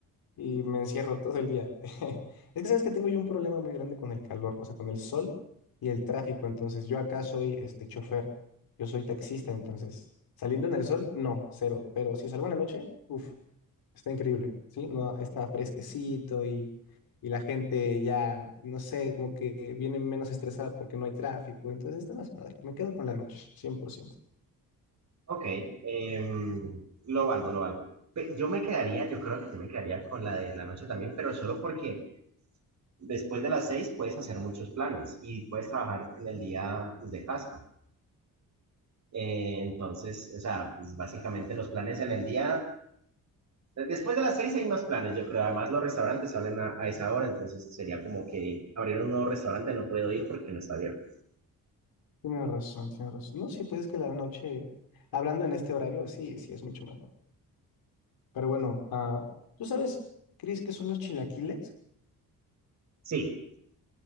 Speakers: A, on the left; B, on the right.
A: y me encierro <laughs> todo el día. <laughs> Es que sabes que tengo yo un problema muy grande con el calor, o sea, con el sol y el tráfico. Entonces, yo acá soy este chofer, yo soy taxista, entonces, saliendo en el sol, no, cero. Pero si salgo en la noche, uff, está increíble, ¿sí? No, está fresquecito y, y la gente ya, no sé, como que viene menos estresada porque no hay tráfico. Entonces, está más padre. Me quedo con la noche, 100%.
B: Ok, em, lo valgo, lo valgo. Pe- Yo me quedaría, yo creo que yo me quedaría con la de la noche también, pero solo porque después de las 6 puedes hacer muchos planes y puedes trabajar en el día desde casa. Eh, entonces, o sea, pues básicamente los planes en el día, después de las 6 hay más planes, yo creo. Además, los restaurantes salen a, a esa hora, entonces sería como que abrir un nuevo restaurante no puedo ir porque no está abierto.
A: Tienes razón, tienes razón. No, sí, pues es que la noche, hablando en este horario, sí, sí, es mucho mejor. Pero bueno, ah, ¿tú sabes, Cris, qué son los chilaquiles?
B: Sí,